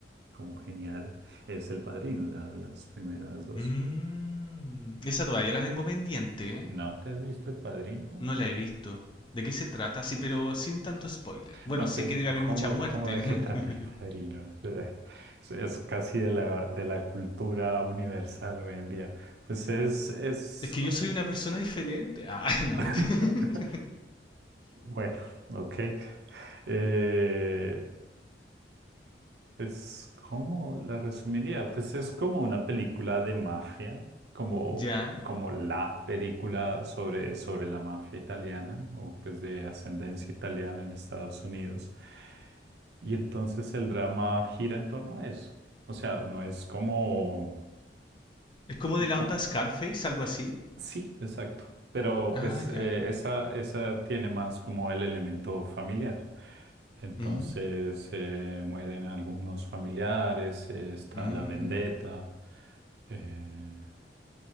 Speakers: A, on the right; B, on the left.
A: como genial, es El Padrino, la- las primeras dos.
B: Mm, esa todavía la tengo pendiente, ¿eh?
A: ¿No te has visto El Padrino?
B: No la he visto. ¿De qué se trata? Sí, pero sin tanto spoiler. Bueno,
A: No,
B: sé
A: pues,
B: que
A: ¿cómo,
B: debe haber mucha muerte.
A: cómo de qué
B: <laughs>
A: trata El Padrino? <laughs> Es, es casi de la, de la cultura universal hoy en día. Pues es, es
B: Es que
A: como-
B: yo soy una persona diferente. Ah, <laughs> no, mentira.
A: <laughs>
B: <laughs>
A: Bueno, ok. Eh, Pues, ¿cómo la resumiría? Pues es como una película de mafia, como,
B: Ya.
A: como la película sobre, sobre la mafia italiana o pues de ascendencia italiana en Estados Unidos. Y entonces el drama gira en torno a eso. O sea, no es como,
B: Es como de la
A: co-
B: onda Scarface, algo así.
A: Sí, exacto. Pero
B: Ah,
A: pues
B: ya.
A: eh, esa, esa tiene más como el elemento familiar. Entonces
B: Ujú.
A: eh, mueren algunos familiares, eh, está
B: Mm.
A: la vendetta eh,